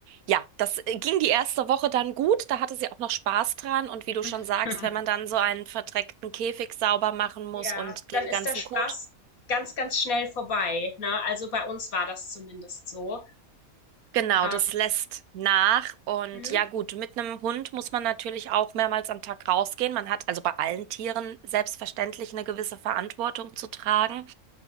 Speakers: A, on the right (about 85°); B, on the left (about 75°).
A: ja, das äh, ging die erste Woche dann gut, da hatte sie auch noch Spaß dran und wie du schon
B: <laughs>
A: sagst, wenn man dann so einen verdreckten Käfig sauber machen muss
B: Ja,
A: und
B: dann
A: den
B: ist
A: ganzen
B: der Spaß
A: Kot,
B: ganz, ganz schnell vorbei, ne? Also bei uns war das zumindest so.
A: genau,
B: Ähm,
A: das lässt nach und
B: mhm.
A: ja gut, mit einem Hund muss man natürlich auch mehrmals am Tag rausgehen. Man hat also bei allen Tieren selbstverständlich eine gewisse Verantwortung zu tragen.